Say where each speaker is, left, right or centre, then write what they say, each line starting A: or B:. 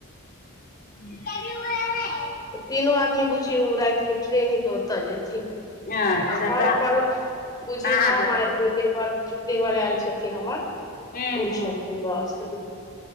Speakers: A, on the left; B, on the left.
A: <unintelligible>
B: तीनो आदमी बुझियौ रातिमे ट्रेन हे तऽ ओतय जेयथिन
A: अच्छा
B: आ घर
A: तऽ
B: पर बुझियौ
A: अहाँ
B: हम
A: दुनू
B: आ देवर - देवर
A: हूँ
B: आयल छथिन हमर
A: हूं
B: ऊ
A: हूं
B: छथिन बस